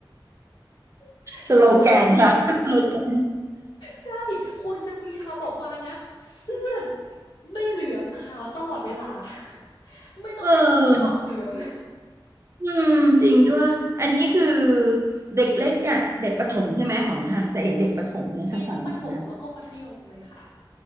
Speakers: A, on the left (about 70°); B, on the right (about 35°).
A: <laughs>
B: สโลแกนค่ะ
A: น่าจะ
B: <laughs> สโลแกน
A: ใช่ควรจะมีทำออกมานะเสื้อไม่เหลืองขาวตลอดเวลา <laughs> ไม่ต้องกังวลความเหลือง
B: เออ อืมจริงด้วยอันนี้คือเด็กเล็กอ่ะเด็กประถมใช่ไหมของห่างจะเอ๋เด็กประถมเนี่ยทางฝั่งนู้นน่ะ
A: มีทั้งประถมแล้วก็มัธยมเลยค่ะ